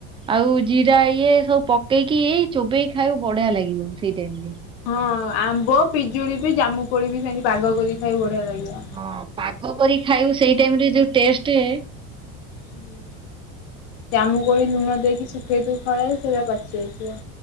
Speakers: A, on the right; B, on the left.
A: ଆଉ ଜିରା ଇଏ ସବୁ ପକେଇକି-ଇ-ଇ ଚୋବେଇ ଖାଇବୁ ବଢିଆ ଲାଗିବ ସେଇ ଟାଇମରେ।
B: ହଁ ଆମ୍ବ, ପିଜୁଳି ବି, ଜାମୁକୋଳି ବି ସେମତି ପାଗ କରି ଖାଇବୁ ବଢିଆ ଲାଗିବ।
A: ହଁ ପାଗ କରି ଖାଇବୁ ସେଇ ଟାଇମ ରେ ଯୋଉ ଟେଷ୍ଟେ
B: ହୁଁ ଜାମୁ କୋଳି ଲୁଣ ଦେଇକି ଶୁଖେଇଥିବୁ ଖରାରେ ସେଆ ପାଚିଯାଇଥିବ।